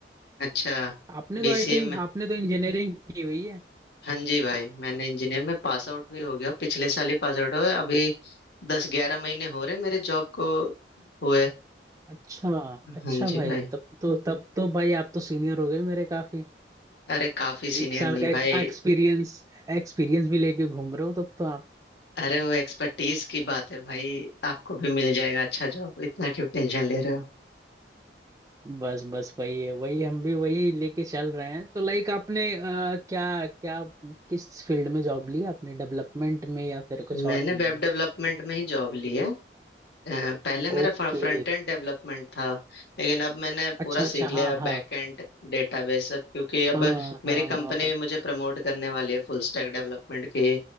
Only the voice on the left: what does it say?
अच्छा
बीसीए
में
हाँ जी भाई मैंने इंजीनियर में पास आउट भी हो गया हूँ। पिछले साल ही पास आउट हुए अभी दस ग्यारह महीने हो रहे मेरे जॉब को हुए
हाँ जी
भाई
अरे काफी सीनियर
नहीं
भाई
अरे वो एक्सपर्टीज की बात है भाई आपको भी मिल जाएगा अच्छा जॉब इतना क्यों टेंशन ले रहे हो
मैंने
वेब
डेवलपमेंट में ही जॉब ली है अ, पहले मेरा
फ्रंट एंड डेवलपमेंट था लेकिन अब मैंने
पूरा सीख
लिया
बैक एंड डेटाबेस अब क्योंकि अब
मेरी
कंपनी भी मुझे प्रमोट करने वाली है फुल स्टैक डेवलपमेंट के